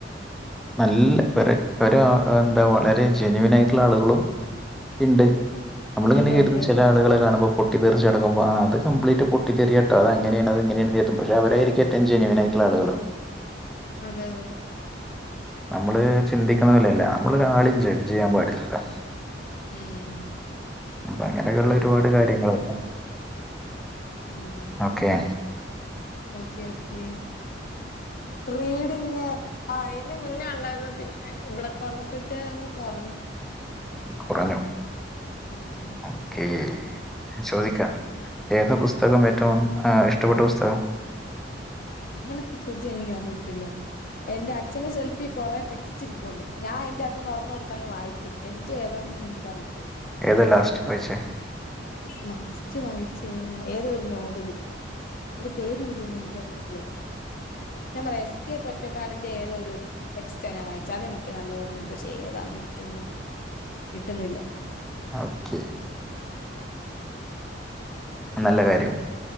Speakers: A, in the centre; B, on the left (about 50°).
A: നല്ല ഒര് ഒരാ എന്താ വളരെ ജെനുവിൻ ആയിട്ടുള്ള ആളുകളും ഇണ്ട് നമ്മളിങ്ങനെ
B: ഉണ്ടുണ്ട്
A: കേട്ട്ണ് ചെല ആളുകളെ കാണുമ്പം പൊട്ടി തറിച്ചടങ്ങുമ്പോ ആ അത് കംപ്ലീറ്റ് പൊട്ടിത്തെറി ട്ട അതങ്ങനെയാണ് അത് ഇങ്ങനെയാണ് തീത്തും പക്ഷേ അവരായിരിക്കും ഏറ്റവും ജനുവിൻ ആയിട്ടുള്ള ആളുകള്.
B: അതെ അതെ
A: നമ്മള് ചിന്തിക്കുന്ന പോലല്ല നമ്മളെ ഒരാളെയും ജഡ്ജ് ചെയ്യാൻ പാടില്ലല്ലോ.
B: ഉം
A: അപ്പ അങ്ങനെക്കെള്ള ഒരുപാട് കാര്യങ്ങളുണ്ട്.
B: ആഹ്
A: ഓക്കേ
B: ഓക്കെ ഓക്കെ റീഡിങ് ആ അയിന് മുന്നേ അണ്ടായിരുന്നു പിന്നെ ഇവിടൊക്കെ വന്നപ്പോഴത്തേനും അങ്ങ് കൊറഞ്ഞു.
A: കൊറഞ്ഞു
B: ഉം ഉം
A: ഒക്കേ ചോദിക്കാം ഏത് പുസ്തകം ഏറ്റവും ഏ ഇഷ്ടപ്പെട്ട പുസ്തകം?
B: അങ്ങനക്കെ ചോദിച്ചാ എനിക്ക് അറിയത്തില്ല. എന്റെ അച്ഛന്റെ സെൽഫി കൊറേ ടെക്സ്റ്റ്‌ ഇരിപ്പുണ്ട് ഞാൻ അയിന്റകത്തുന്നു ഒറണ്ണം ഇട്ത്തങ്ങ് വായിക്കും. എന്തു ഏതാന്നും എനിക്ക് അറിയത്തില്ല.
A: ഏതാ ലാസ്റ്റ് വയിച്ചേ?
B: ലാസ്റ്റ് വായിച്ചേ ഏതാ ഏതോ ഒര് നോബൽ അയ്‌ന്റെ പേരൂരുന്ന് എനിക്കറിയത്തില്ല ഞാൻ പറയാ എസ് കെ പൊറ്റക്കാടന്റെ ഏതാ ഒരു ടെക്സ്റ്റ ഞാൻ വായിച്ച അതെനിക്ക് നല്ല ഓർമ്മയുണ്ട് പക്ഷെ ഏതാന്ന് ഇൻക്ക് അങ്ങോട്ട് കിട്ടുന്നില്ല.
A: അഹ്ക്കെ നല്ല കാര്യം